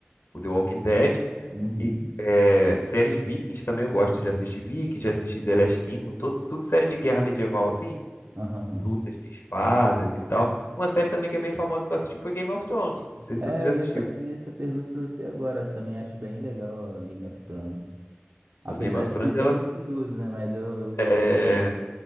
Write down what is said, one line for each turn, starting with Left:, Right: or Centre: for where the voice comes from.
Left: o The Walking Dead
Right: Uhum.
Left: e é, séries Vikings também eu gosto. Já assisti Vikings, já assisti The Last Kingdom, todo, tudo série de guerra medieval assim,
Right: Aham.
Left: lutas de espadas e tal. Uma série também que é bem famosa que eu assisti foi Game of Thrones. Não sei
Right: É,
Left: se você já
Right: eu
Left: assistiu.
Right: ia fazer essa pergunta pra você agora. Eu também acho bem legal a Game of Thrones. Apesar
Left: O Game of
Right: de
Left: Thrones
Right: ser bem
Left: ela,
Right: mentiroso, né? Mas eu, eu gosto.
Left: eh,
Right: <laughs>